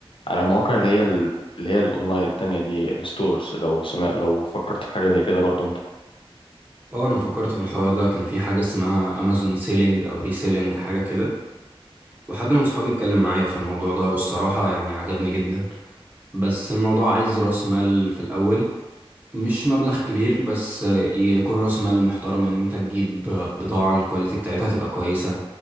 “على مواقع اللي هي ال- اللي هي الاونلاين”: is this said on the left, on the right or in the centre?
Left